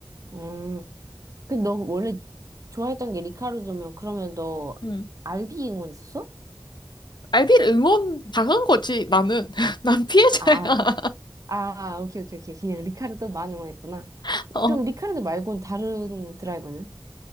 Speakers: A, on the right; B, on the left.
A: 음. 그, 너 원래 좋아했던 게 리카르도면, 그러면 너
B: 음.
A: 알비 응원했었어?
B: 알비를 응원 당한 거지, 나는. <laughs> 난 피해자야.
A: 아, 그치. 아, 오케이, 오케이, 오케이. 그냥 리카르도 만 응원했구나.
B: <laughs> 어.
A: 그럼 리카르도 말고는 다른 드라이버는?